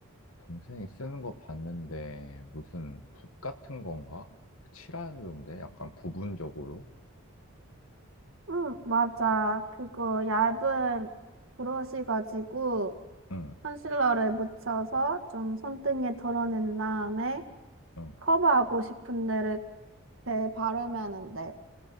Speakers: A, on the left (about 75°); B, on the right (about 60°).
A: 동생이 쓰는 거 봤는데 무슨 붓 같은 건가? 그 칠하는데 약간 부분적으로?
B: 응, 맞아. 그거 얇은 브러쉬 가지고
A: 응,
B: 컨실러를 묻혀서 좀 손등에 덜어낸 다음에
A: 응.
B: 커버하고 싶은 데를 대 바르면은 돼.